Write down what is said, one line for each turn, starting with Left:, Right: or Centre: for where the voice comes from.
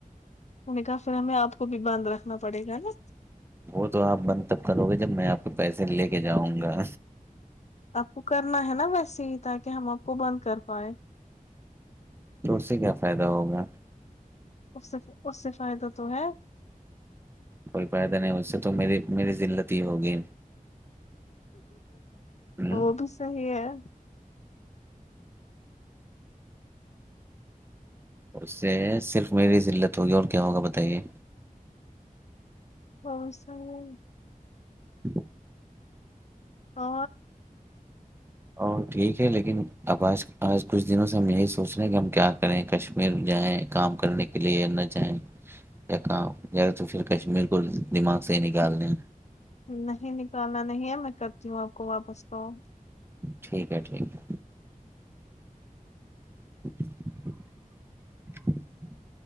Left: ان نے کہا پھر ہمیں آپ کو بھی باندھ رکھنا پڑے گا نا
Right: وہ تو آپ بند تب کرو گے جب میں آپ کے پیسے لے کے جاؤں گا
Left: آپ کو کرنا ہے نا ویسے ہی تاکہ ہم آپ کو بند کر پائے
Right: توور سے کیا فائدہ ہوگا
Left: اس سے اس سے فائدہ تو ہے
Right: کوئی فائدہ نہیں اس سے تو میری میری لت ہی ہوگی ہوں
Left: وہ بھی صحی ہے
Right: اس سے صرف میری لت ہوگی اور کیا ہوگا بتائیے
Left: اور سیں
Right: ج
Left: ہ
Right: اورو ٹھیک ہے لیکن اب آج آج کچھ دنوں سے ہم یہی سوچ رہے ہیں کہ ہم کیا کریں کشمیر جائیں کام کرنے کے لیے انا چاہیں یا کام یا تو پھر کشمیر کو دماغ سے ہی نکال دیں
Left: نہیں نکالنا نہیں ہے میں کرتی ہوں آپ کو واپس کاؤ
Right: ٹھیک ہے ٹھیک ہے <inaudible>